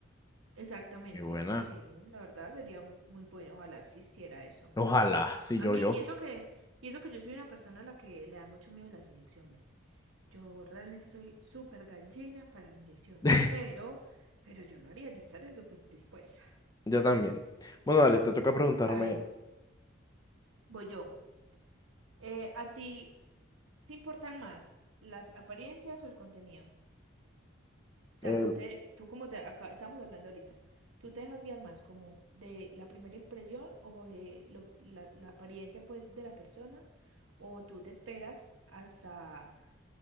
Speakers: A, on the right; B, on the left.
A: exactamente.
B: qué buena.
A: Sí, la verdad sería muy, muy bueno. Ojalá existiera eso.
B: Ojalá, sí,
A: A
B: yo,
A: mí,
B: yo.
A: y eso que, y eso que yo soy una persona a la que le da mucho miedo las inyecciones. Yo realmente soy súper gallina para las inyecciones,
B: <laughs>
A: pero, pero yo lo haría, yo estaría súper dispuesta.
B: Yo también. Bueno, dale, te toca preguntarme,
A: A ver, voy yo. Eh, ¿a ti te importan más las apariencias o el contenido? O sea,
B: eh,
A: tú te, tú como te acá, estamos hablando ahorita, ¿tú te dejas guiar más como de la primera impresión o de lo- la, la apariencia pues de la persona? ¿O tú te esperas hasta